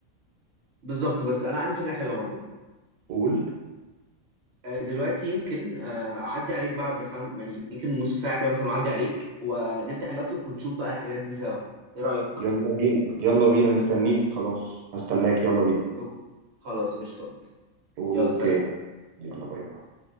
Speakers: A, on the right (about 60°); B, on the right (about 85°).
A: بالظبط بس أنا عندي فكرة حلوة برضو
B: قول
A: آه، دلوقتي يمكن آه، اعدي عليك بعد خم يعني يمكن نص ساعه كده مثلا اعدي عليك ونفتح اللابتوب ونشوف بقى الحاجات دي سوا ايه رايك
B: يلا بينا يلا بينا مستنيك خلاص هستناك يلا بينا
A: أوه. خلاص قشطات
B: اوكي
A: يلا سلام
B: يلا باي باي